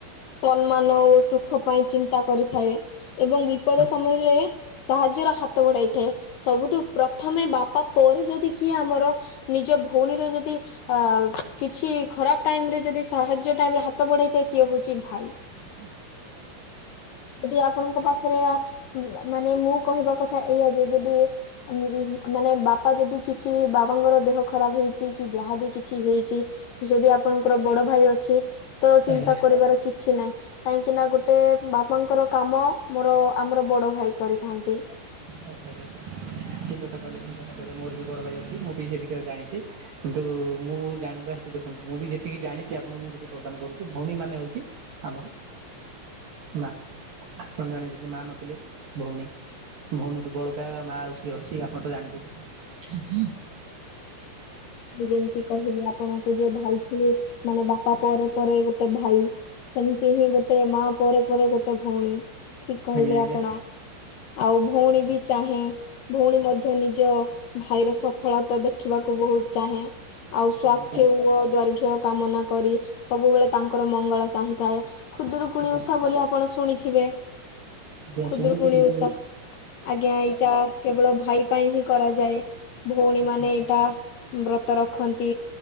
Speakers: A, on the left (about 70°); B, on the right (about 50°).
A: ସମ୍ମାନ ଓ ସୁଖ ପାଇଁ ଚିନ୍ତା କରିଥାଏ। ଏବଂ ବିପଦ
B: ଆଚ୍ଛା
A: ସମୟରେ ସାହାଯ୍ୟର ହାତ ବଢାଇଥାଏ। ସବୁଠୁ ପ୍ରଥମେ ବାପା ପରେ ଯଦି କିଏ ଆମର ନିଜ ଭଉଣୀର ଯଦି ଆ, କିଛି ଖରାପ ଟାଇମ୍ ରେ ଯଦି ସାହାଯ୍ୟ ଟାଇମ୍ ରେ ହାତ ବଢେଇଥାଏ ସିଏ ହଉଛି ଭାଇ।
B: ହୁଁ।
A: ଯଦି ଆପଣଙ୍କ ପାଖରେ ଆ ହୁଁ, ମାନେ ମୋ କହିବା କଥା ଏଇଆ ଯେ ଯଦି ଆମକୁ ମାନେ ବାପା ଯଦି କିଛି ବାପାଙ୍କର ଦେହ ଖରାପ ହେଇଛି କି ଯାହା ବି କିଛି ହେଇଛି। ଯଦି ଆପଣଙ୍କର ବଡ ଭାଇ ଅଛି ତ ଚିନ୍ତା
B: ଆଚ୍ଛା
A: କରିବାର କିଛି ନାହିଁ। କାହିଁକି ନା ଗୋଟେ ବାପାଙ୍କର କାମ ମୋର ଆମର ବଡ ଭାଇ କରିଥାନ୍ତି।
B: ଆଚ୍ଛା ଆଚ୍ଛା ଠିକ କଥା କହିଲେ। ଠିକ କଥା କହିଲେ। ମୋର ବି ବଡ ଭାଇ ଅଛି। ମୁଁ ବି ସେ ବିଷୟରେ ଜାଣିଛି। କିନ୍ତୁ ମୁଁ ଜାଣିବା ହେତୁ ଦେଖନ୍ତୁ। ମୁଁ ବି ଯେତିକି ଜାଣିଚି ଆପଣଙ୍କୁ ମୁଁ ସେତିକି ପ୍ରଦାନ କରୁଚି। ଭଉଣୀ ମାନେ ହଉଛି ଆମର ମା ଆପଣ ଜାଣନ୍ତି ଯେ ମା ନଥିଲେ ଭଉଣୀ ଭଉଣୀଠୁ ବଳକା ମା ଆଉ କିଏ ଅଛି ଆପଣ ତ ଜାଣିଥିବେ।
A: ମୁଁ ଯେମିତି କହିଲି ଆପଣଙ୍କୁ ଯେ, ଭାଇ ଥିଲେ ମାନେ ବାପା ପରେ ପରେ ଗୋଟେ ଭାଇ ସେମତି ହିଁ ଗୋଟେ ମା ପରେ ପରେ ଗୋଟେ ଭଉଣୀ। ଠିକ କହିଲେ
B: ଆଜ୍ଞା ଆଜ୍ଞା
A: ଆପଣ।
B: ଆଜ୍ଞା
A: ଆଉ ଭଉଣୀ ବି ଚାହେଁ, ଭଉଣୀ ମଧ୍ୟ ନିଜ ଭାଇର ସଫଳତା ଦେଖିବାକୁ ବହୁତ ଚାହେଁ। ଆଉ ସ୍ଵାସ୍ଥ୍ୟ
B: ଆଜ୍ଞା ଆଜ୍ଞା
A: ଓ ଦ୍ବାରଘି ର କାମନା କରି ସବୁବେଳେ ତାଙ୍କର ମଙ୍ଗଳ ଚାହିଁଥାଏ। ଖୁଦୁରୁକୁଣି
B: ଆଜ୍ଞା
A: ଓଷା ବୋଲି ଆପଣ ଶୁଣିଥିବେ।
B: ଆଜ୍ଞା
A: ଖୁଦୁରୁକୁୁଣି
B: ଶୁଣିଛି କିନ୍ତୁ
A: ଉଷା। ଆଜ୍ଞା ଏଇଟା କେବଳ ଭାଇ ପାଇଁ ହିଁ କରାଯାଏ। ଭଉଣୀ
B: ଆଚ୍ଛା
A: ମାନେ
B: ଆଚ୍ଛା
A: ଏଇଟା ବ୍ରତ ରଖନ୍ତି।